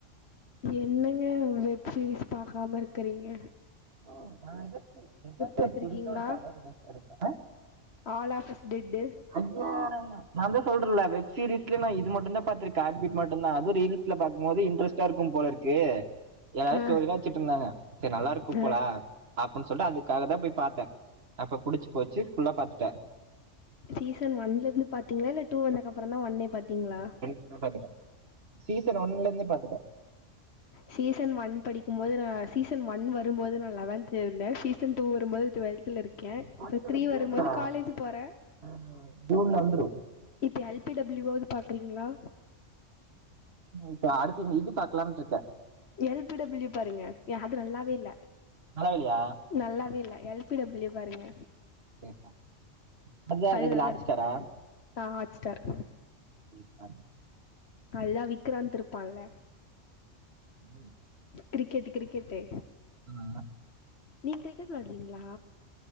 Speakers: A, on the left; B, on the right.
A: என்னங்க ஒரு வெப் சீரிஸ் பாக்காம இருக்குறீங்க
B: அ நா ஏதாச்சு எதாச்சு
A: பாத்திருக்கீங்களா
B: ஒரு புதுசா ஒரு படோ ரிலீஸ் ஆயிருச்சாங்க
A: ஆல் ஆஃப் அஸ் டெட்டு
B: அப்பா நா தா சொல்றேல்ல வெப் சீரீஸ்ல நா இது மட்டுந்தா பாத்துருக்க ஹாட் பீட் மட்டுந்தா அது ரீஸ்ல பாக்கும் போது இன்ட்ரஸ்டா இருக்கும் போல இருக் கு எல்லாரு
A: ஆ
B: ஸ்டோரிலா வச்சிட்ருந்தாங்க சரி நல்லாருக்கும்
A: ஆ
B: அ அப்புன் சொல்லிட்டு அதுக்காக தா போய் பாத்தே அப்ப புடிச்சு போச்சு ஃபுல்லா பாத்துட்டே
A: சீசன் ஒன்ல இருந்து பாத்தீங்ளா இல்ல டூ வந்தக்கப்புறந்தா ஒன்னே பாத்தீங்ளா
B: நா பாத்துட்டே சீசன் ஒன்ல இருந்தே பாத்துட்டே
A: சீசன் ஒன் படிக்கும்போது நா சீசன் ஒன் வரும்போது நா லெவன்த்துல இருந்தே சீசன் டூ வரும்போது டுவல்த்துல இருக் க இப்ப
B: வந்துரு
A: த்ரீ
B: ஜூன்ல
A: வரும்போது காலேஜ் போறே
B: ம் ஜூன்ல வந்துரு
A: இப்போ எல் பி டபிள்யூவாது பாக்குறீங்களா
B: இப்ப அடுத்த இது பாக்கலாம்னுட்டு இருக்க
A: எல் பி டபிள்யூ பாருங்க அது நல்லாவே இல்ல
B: நலா இல்யா
A: நல்லாவே இல்ல எல்பிடபிள்யூ பாருங்க
B: ஓ ஓ ரென்டாவது
A: அது
B: இதுல
A: நல்லா
B: அடிச்சிட்டாரா
A: இருக்கு ஆ ஆட்சிடாரு
B: ம்
A: அதுதா விக்கிறான்ந்த இருப்பான்ல
B: ம்
A: கிரிக்கெட் கிரிக்கெட்டு
B: ம்
A: நீங்க க்ரிக்கெட் வில்லாடுவிங்களா